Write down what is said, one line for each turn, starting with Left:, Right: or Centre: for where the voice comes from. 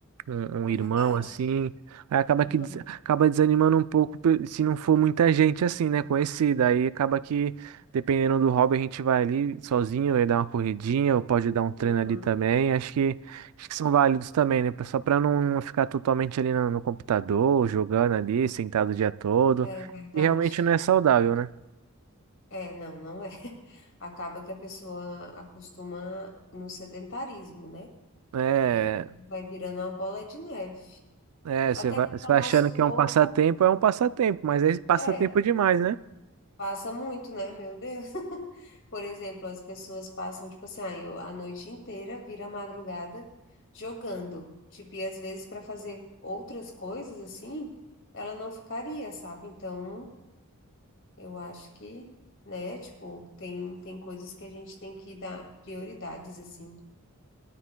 Right: um,
Left: é
Right: um irmão
Left: verdade.
Right: assim, aí acaba
Left: Aham,
Right: que des- acaba desanimando um pouco pe- se não for muita gente assim, né, conhecida. Aí acaba que dependendo do hobby a gente vai ali sozinho, aí dá uma corridinha, ou pode dar um treino
Left: aham,
Right: ali também. Acho que acho que são válidos também, né, só para não ficar totalmente ali no, no computador, jogando ali, sentado o dia todo.
Left: é verdade.
Right: E realmente não é saudável, né?
Left: É, não, não é. <laughs> Acaba que a pessoa acostuma no sedentarismo, né?
Right: É,
Left: E aí vai virando uma bola de neve.
Right: é,
Left: Até
Right: você vai,
Left: porque
Right: você vai
Left: o nosso
Right: achando que é
Left: corpo,
Right: um passatempo, é um passatempo, mas é passatempo
Left: é,
Right: demais, né?
Left: passa muito, né? Meu Deus. <laughs> Por exemplo, as pessoas passam, tipo assim, ah, eu, a noite inteira, vira a madrugada jogando. Tipo, e às vezes para fazer outras coisas assim, ela não ficaria, sabe? Então. Eu acho que, né, tipo, tem, tem coisas que a gente tem que dar prioridades, assim.